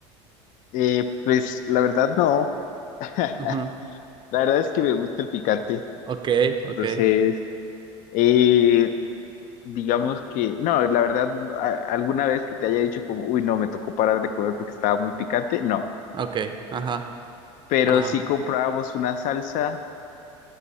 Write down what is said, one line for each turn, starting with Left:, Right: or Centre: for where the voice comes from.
Left: Eh, pues la verdad no, <laughs>
Right: Ujú.
Left: la verdad es que me gusta el picante,
Right: Ok, ok.
Left: entonces... eh, digamos que, no, la verdad, a- alguna vez que te haya dicho como, uy, no, me tocó parar de comer porque estaba muy picante, no,
Right: Ok, ajá,
Left: pero
Right: ajá,
Left: sí comprábamos una salsa